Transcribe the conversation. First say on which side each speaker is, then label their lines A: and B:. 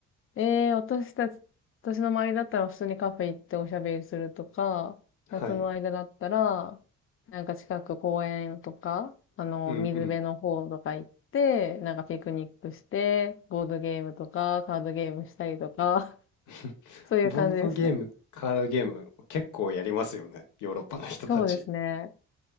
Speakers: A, on the left; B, on the left.
A: ええ、私たち、私の周りだったら普通にカフェ行っておしゃべりするとか、夏の間だったら、
B: はい、
A: なんか近く公園とか、あの、
B: うんうん。
A: 水辺の方とか行って、なんかピクニックして、ボードゲームとか、カードゲームしたりとか、
B: <laughs>
A: <laughs> そういう感じですね。
B: ボードゲーム、カードゲーム結構やりますよね、ヨーロッパの人たち。
A: そうですね。